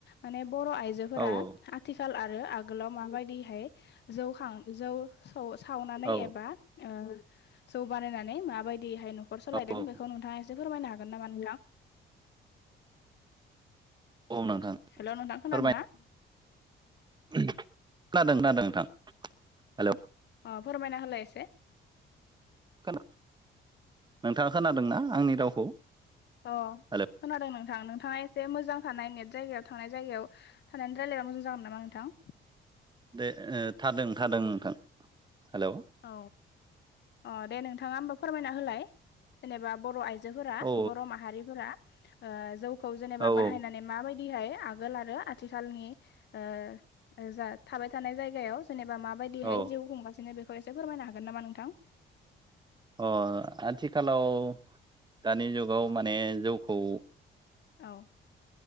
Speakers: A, on the left (about 60°); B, on the right (about 20°).
A: माने बर' आइजोफोरा
B: औ औ
A: आथिखाल आरो आगोलाव माबायदिहाय जौ हां जौ खौ सावनानै
B: औ
A: एबा ओ जौ बानायनानै मा बायद यैहाय नखर सालायदों
B: औ
A: बेखौ नोंथासे फोरमायनो हागोन नामा नोंथां
B: औ नोंथां
A: हेल' नोंथां खोनादों
B: फोरमाय
A: ना?
B: खोनादों खोनादों नोंथां हेल
A: अ फोरमायना होलाय एसे
B: खोना नोंथाङा खोनादोंना आंनि रावखौ
A: अ
B: हेलौ
A: खोनादों नोंथां नोंथाङाय जे मोजां थानाय नेट जायगायाव थानाय जायगायाव थानाय रायलायबा मोजां नामा नोंथां
B: दे ओ थादों थादों नोंथां हेलौ
A: औ अ दे नोंथाङा होमबा फोरमायना होलाय जेनेबा बर आइजो जोफोरा
B: औ
A: बरमाहारिफोराओ जौखौ जेनोबा
B: औ औ
A: बाहायनानै माबायदि दिहै आगोल आरो आथिखालनि ओ ओ जाय थाबाय थानाय जायगायाव सोने बा मा बायदिहाय
B: औ
A: जिउ खुंगासिनो फोरमायनो हागोन नोंथां
B: अ आथिखालाव दानि जुगाव माने जौखौ
A: औ